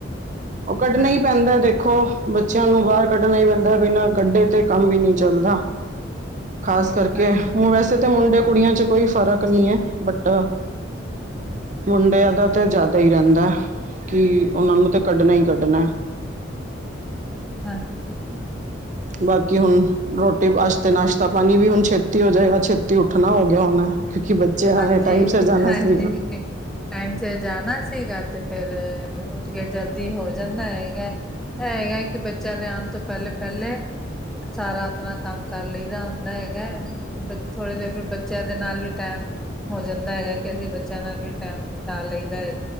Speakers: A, on the right (about 40°); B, in the centre.
A: ਉਹ ਕੱਢਣਾ
B: ਹਾਂਜੀ
A: ਹੀ ਪੈਂਦਾ ਦੇਖੋ ਬੱਚਿਆਂ ਨੂੰ ਬਾਹਰ ਕੱਢਣਾ ਹੀ ਪੈਂਦਾ, ਬਿਨਾਂ ਕੱਢੇ ਤੇ ਕੰਮ ਵੀ ਨਹੀਂ ਚੱਲਦਾ। ਖਾਸ ਕਰਕੇ
B: ਹਾਂਜੀ
A: ਹ ਵੈਸੇ‌। ਤੇ ਤਾਂ ਮੁੰਡੇ ਕੁੜੀਆਂ ਚ ਕੋਈ ਫ਼ਰਕ ਨੀ ਐ ਬਟ ਮੁੰਡਿਆਂ ਦਾ ਤੇ ਜਾਦਾ ਈ ਰੈਂਦਾ ਕੀ ਉਨਾਂ ਨੂੰ ਤੇ ਕੱਢਣਾ ਈ ਕੱਢਣਾ।
B: ਹਾਂਜੀ।
A: ਬਾਕੀ ਹੁਣ ਰੋਟੀ ਪਾਸ਼ਤੇ ਨਾਸ਼ਤਾ ਪਾਣੀ ਵੀ ਹੁਣ ਛੇਤੀ ਹੋ ਜਾਏਗਾ ਛੇਤੀ ਉੱਠਣਾ ਹੋ ਗਿਆ ਹੁਣ। ਕਿਉਂਕੀ ਬੱਚਿਆਂ
B: ਹਾਂਜੀ
A: ਨੇ ਟਾਈਮ ਸਿਰ ਜਾਣਾ
B: ਹਾਂਜੀ
A: ਸੀਗਾ।
B: ਟਾਈਮ ਸਿਰ ਜਾਣਾ ਸੀਗਾ ਤੇ ਫੇਰ ਉੱਠ ਕੇ ਜਲਦੀ ਹੋ ਜਾਂਦਾ ਏ। ਹੈਗਾ ਕੀ ਬੱਚਿਆਂ ਦੇ ਆਣ ਤੋਂ ਪੈਲੇ-ਪੈਲੇ। ਸਾਰਾ ਆਪਣਾ ਕੰਮ ਕਰ ਲਈਦਾ ਹੁੰਦਾ ਹੈਗਾ। ਥੋੜ੍ਹੀ ਦੇਰ ਫਿਰ ਬੱਚਿਆਂ ਦੇ ਨਾਲ ਵੀ ਟੈਮ ਹੋ ਜਾਂਦਾ ਹੈਗਾ ਕੀ ਅਸੀਂ ਬੱਚਿਆਂ ਨਾਲ ਵੀ ਟਾਈਮ ਬਿਤਾ ਲਈਦਾ ਏ।